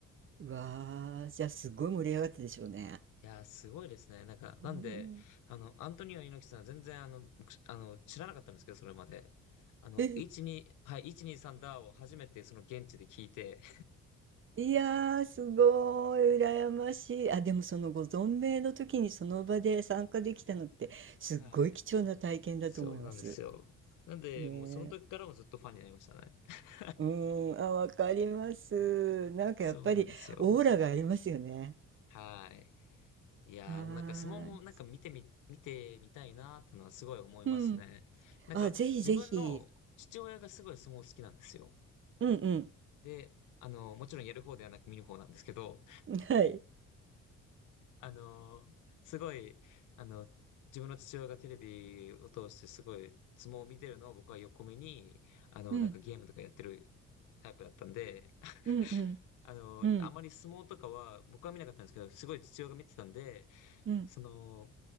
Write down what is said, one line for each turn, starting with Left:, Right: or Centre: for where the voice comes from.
Right: うわー、じゃあすごい盛り上がったでしょうね。
Left: いやー、すごいですね。なんか、なんで、
Right: うん
Left: あの、アントニオ猪木さんは全然、あの、僕、あの、知らなかったんですけど、それまで。あの、
Right: え、
Left: 1、2、はい、1、2、3ダーを初めてその現地で聞いて、
Right: いやー、すごい、羨ましい。あ、でもそのご存命の時にその場で参加できたのって、
Left: <laughs>
Right: すっごい貴重な体験だと思います。
Left: はい。そうなんですよ。なんで、
Right: ねえ。
Left: もうその時からもずっとファンになりましたね。<laughs>
Right: うーん、あ、わかります。なんかやっぱりオーラがありますよね。
Left: そうなんですよ。はい。いやー、
Right: は
Left: でもなんか相撲もなんか見てみ、
Right: ーい。
Left: 見てみたいなーってのはすごい思いますね。
Right: うん。
Left: なんか、
Right: あ、ぜひぜひ。
Left: 自分の父親がすごい相撲好きなんですよ。
Right: うん
Left: で、あの、もちろんやる方ではなく見る方なんですけど、
Right: うん。はい。
Left: あのーすごい、あの、自分の父親がテレビを通してすごい相撲を見てるのを僕は横目に、あの、
Right: うん。
Left: なんかゲームとかやってるタイプだったんで、<laughs>
Right: うんうん。
Left: あの、
Right: うん。
Left: あまり相撲とかは僕は見なかったんですけど、すごい父親が見てたんで、
Right: うん。
Left: その、